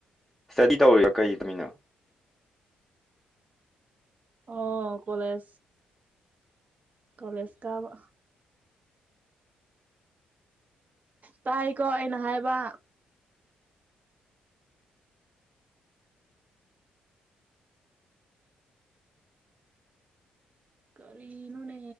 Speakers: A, in the centre; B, on the right.
A: ꯏꯁꯇꯗꯤ ꯇꯧꯔꯤꯔ ꯀꯩ ꯇꯝꯃꯤꯅꯣ
B: ꯑꯣ ꯀꯣꯂꯦꯖ ꯀꯣꯂꯦꯖ ꯀꯥꯕ ꯇꯥꯏꯀꯣ ꯑꯩꯅ ꯍꯥꯏꯕ ꯀꯔꯤꯅꯣꯅꯦ